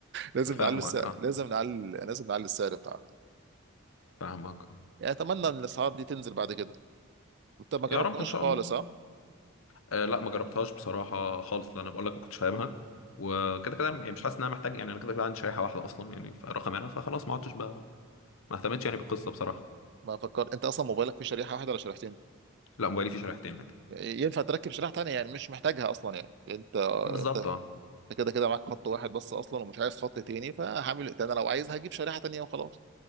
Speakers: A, on the right; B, on the left.
A: لازم
B: فاهمك
A: نعلي السعر
B: اه
A: لازم نعلي لازم نعلي السعر بتاعها
B: فاهمك اه
A: يعني اتمنى ان الاسعار دي تنزل بعد كده انت ما جربتهاش
B: يا رب ان شاء
A: خالص
B: الله
A: ها
B: آه لا ما جربتهاش بصراحة خالص لأن أنا بقول لك ما كنتش فاهمها وكده كده يعني مش حاسس إن أنا محتاج يعني أنا كده كده عندي شريحة واحدة أصلا يعني فرقم أنا فخلاص ما عدتش بقى ما اهتمتش يعني بالقصة بصراحة
A: ما فكر انت اصلا موبايلك فيه شريحه واحده ولا شريحتين
B: لا موبايلي فيه شريحتين عادي
A: يعني ينفع تركب شريحه تانية يعني مش محتاجها اصلا يعني انت
B: بالظبط
A: انت انت
B: أه
A: كده كده معاك خط واحد بس اصلا ومش عايز خط تاني فهعمل إيه؟ ده انا لو عايز هجيب شريحه تانية وخلاص